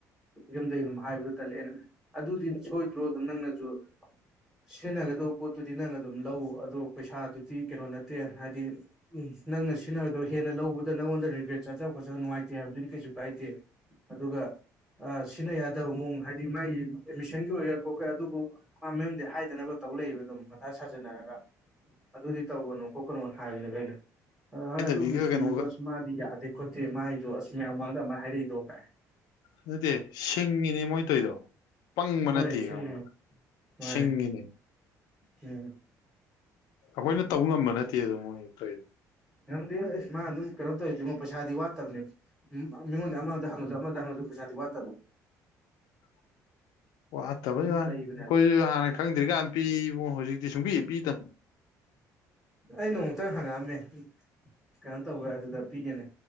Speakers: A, in the centre; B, on the left.
A: ꯌꯝꯗꯒꯤꯩ ꯑꯗꯨꯝ ꯍꯥꯏꯕꯗꯨ ꯇꯜꯂꯦ ꯑꯩꯅ ꯑꯗꯨꯗꯤ ꯁꯣꯏꯗ꯭ꯔꯣ ꯑꯗꯨꯝ ꯅꯪꯅꯁꯨ ꯁꯤꯖꯤꯟꯅꯒꯗꯧꯕ ꯄꯣꯠꯇꯨꯗꯤ ꯅꯪ ꯑꯗꯨꯝ ꯂꯧ ꯑꯗꯣ ꯄꯩꯁꯥꯗꯨꯗꯤ ꯤ ꯀꯩꯅꯣ ꯅꯠꯇꯦ ꯍꯥꯏꯗꯤ ꯎ ꯅꯪꯅ ꯁꯤꯖꯤꯟꯅꯕꯗꯣ ꯍꯦꯟꯅ ꯂꯧꯕꯗ ꯅꯪꯉꯣꯟꯗ ꯔꯤꯒ꯭ꯔꯦꯠ ꯆꯥꯖꯕ ꯈꯣꯠꯆꯕ ꯅꯨꯡꯉꯥꯏꯇ ꯦ ꯍꯥꯏꯕꯗꯨꯗꯤ ꯀꯩꯁꯨ ꯀꯥꯏꯗꯦ ꯑꯗꯨꯒ ꯁꯤꯖꯤꯟꯅ ꯌꯥꯗꯕ ꯃꯑꯣꯡ ꯍꯥꯏꯗꯤ ꯃꯥꯒꯤ ꯑꯦꯗꯃꯤꯁꯟꯒꯤ ꯑꯣꯏꯒꯦꯔꯥ ꯈꯣꯠꯀꯦꯔꯥ ꯑꯗꯨꯕꯨ ꯃꯥ ꯃꯌꯨꯝꯗꯤ ꯍꯥꯏꯗꯅꯕ ꯇꯧ ꯂꯩꯕ ꯑꯗꯨꯝ ꯃꯊꯥ ꯁꯥꯖꯟꯅꯔꯒ ꯑꯗꯨꯗꯤ ꯇꯧꯒꯅꯨ ꯈꯣꯠꯀꯅꯣ ꯍꯥꯏꯕꯅꯦꯈ ꯑꯩꯅ ꯑ ꯍꯣꯏ
B: ꯍꯥꯏꯗꯕꯤꯒ
A: ꯑꯗꯨꯕꯨꯗꯤ ꯆꯨꯝꯃꯤꯃꯦ
B: ꯀꯩꯅꯣꯒ
A: ꯑꯗꯣ ꯑꯁ
B: ꯇꯧ
A: ꯃꯥꯗꯤ ꯌꯥꯗꯦ ꯈꯣꯠꯇꯦ ꯃꯥꯒꯤꯗꯣ ꯑꯁ ꯃꯌꯥꯝ ꯃꯃꯥꯡꯗ ꯑꯃꯨꯛ ꯍꯥꯏꯔꯛꯏꯗꯣ ꯀꯥꯏ
B: ꯑꯗꯨꯗꯤ ꯁꯤꯡꯉꯤꯅꯦ ꯃꯣꯏ ꯇꯣꯏꯗꯣ ꯄꯪꯕ ꯅꯠꯇꯦ
A: ꯍꯣꯏ ꯁꯤꯅꯤ
B: ꯈꯪꯕ꯭ꯔ
A: ꯃꯥꯅꯦ
B: ꯁꯤꯡꯉꯤꯅꯦ
A: ꯎꯝ
B: ꯑꯩꯈꯣꯏꯅ ꯇꯧꯕ ꯉꯝꯕ ꯅꯠꯇꯦ ꯑꯗꯨꯗꯣ ꯃꯣꯏ ꯇꯧꯔꯤꯗꯣ
A: ꯅꯝꯗꯦ ꯑꯁ ꯃꯥ ꯑꯗꯨꯝ ꯀꯩꯅꯣ ꯇꯧꯔꯤꯁꯤꯉꯣ ꯄꯩꯁꯥꯗꯤ ꯋꯥꯠꯇꯕꯅꯦꯕ ꯎꯝ ꯃꯤꯉꯣꯟꯗ ꯑꯃꯗ ꯍꯪꯉꯁꯨ ꯑꯃꯗ ꯍꯪꯉꯁꯨ ꯄꯩꯁꯥꯗꯤ ꯋꯥꯠꯇꯕꯣ
B: <unintelligible> ꯑꯣ ꯑꯠꯇꯕꯩ
A: ꯑꯗꯨꯝ
B: ꯌꯥꯔꯦ
A: ꯂꯩꯕꯅꯦꯕ
B: ꯑꯩꯈꯣꯏꯁꯨ ꯍꯥꯟꯅ ꯈꯪꯗ꯭ꯔꯤꯀꯥꯟꯗ ꯄꯤꯕ ꯍꯧꯖꯤꯛꯇꯤ ꯁꯨꯡꯕꯤ ꯄꯤꯗꯅ
A: ꯑꯩ ꯅꯣꯡꯃꯨꯛꯇꯪ ꯍꯪꯉꯛꯑꯝꯃꯦ ꯀꯩꯅꯣ ꯇꯧꯋ ꯑꯗꯨꯗ ꯄꯤꯒꯦꯅꯦ